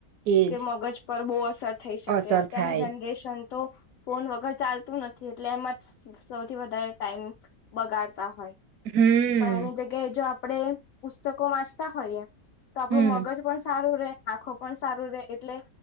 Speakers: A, on the right; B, on the left.
A: એજ
B: કે મગજ પર બહુ અસર થઈ શકે
A: અસર
B: અત્યારની
A: થાય
B: જનરેશન તો ફોન વગર ચાલતું નથી એટલે એમાં સૌથી વધારે ટાઈમ બગાડ તા હોય
A: હમ
B: પણ એની જગ્યાએ જો આપણે પુસ્તકો વાંચતા હોઈએ તો આપડું
A: હમ
B: મગજ પણ સારું રે આખો પણ સારું રે એટલે